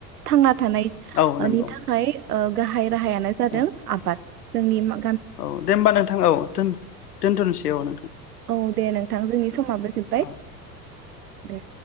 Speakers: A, on the right (about 70°); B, on the left (about 70°).
A: थांना थांनायनि
B: औ नंगौ
A: थाखाय ओ गाहाय राहायानो जादों
B: औ
A: आबाद जोंनि मा
B: औ दे होमबा नोंथां औ दोन दोनथ'नोसै औ नोंथां
A: औ दे नोंथां जोंनि समाबो जोबबाय
B: औ
A: दे